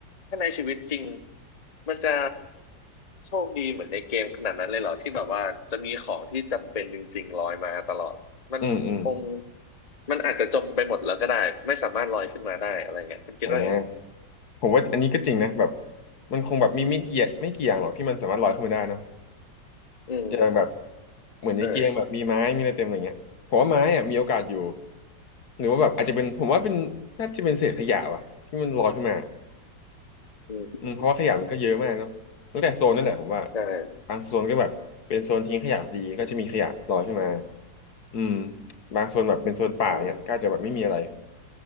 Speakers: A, on the left; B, on the left.
A: ถ้าในชีวิตจริงมันจะโชคดีเหมือนในเกมขนาดนั้นเลยเหรอที่แบบว่าจะมีของที่จำเป็นจริงๆลอยมาตลอดมันคง
B: อืมอืม
A: มันอาจจะจมไปหมดแล้วก็ได้ไม่สามารถลอยขึ้นมาได้อะไรเงี้ยคุณคิดว่าไง
B: อ่าผมว่าอันนี้ก็จริงนะแบบมันคงแบบมีไม่กี่อย่างไม่กี่อย่างหรอกที่มันสามารถลอยขึ้นมาได้เนอะ
A: อืม
B: อย่างแบบเหมือนในเกมแบบมีไม้มีอะไรเต็มอะไรเงี้ยผมว่าไม้อะมีโอกาสอยู่
A: ใช่
B: หรือว่าแบบอาจจะเป็นผมว่าเป็นน่าจะเป็นเศษขยะว่ะที่มันลอยขึ้นมา
A: อืม
B: อืมเพราะว่าขยะมันก็เยอะมากเนาะตั้งแต่โซนนั่นแหละผมว่า
A: ใช่
B: บางโซนก็แบบเป็นโซนทิ้งขยะพอดีก็จะมีขยะลอยขึ้นมาอืมบางโซนแบบเป็นโซนป่าเนี่ยก็อาจจะแบบไม่มีอะไร
A: อืม